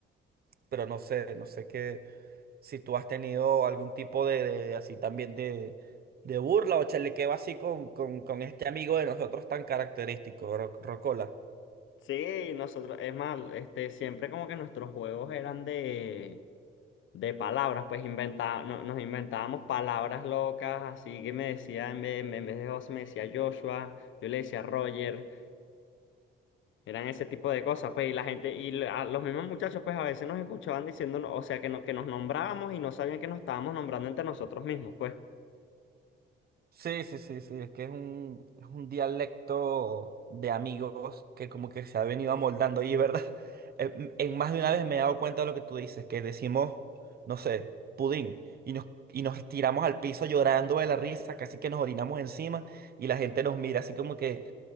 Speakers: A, on the right; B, on the left.
A: Pero no sé, no sé qué. si tú has tenido algún tipo de, de- así también de, de burla o chalequeo así con, con, con este amigo de nosotros tan característico, Ro- Rocola.
B: Sí, nosotros, es más, este, siempre como que nuestros juegos eran de, de palabras, pues inventa- no- nos inventábamos palabras locas, así que me decía, en vez, en vez de José me decía Joshua, yo le decía Roger, Eran ese tipo de cosas, pues, y la gente, y la- los mismos muchachos, pues, a veces nos escuchaban diciéndonos, o sea, que, no, que nos nombrábamos y no sabían que nos estábamos nombrando entre nosotros mismos, pues.
A: Sí, sí, sí, sí, es que es un, es un dialecto de amigos que como que se ha venido amoldando y, ¿verdad? <laughs> En, en más de una vez me he dado cuenta de lo que tú dices, que decimos, no sé, pudín, y nos, y nos tiramos al piso llorando de la risa, casi que nos orinamos encima, y la gente nos mira así como que...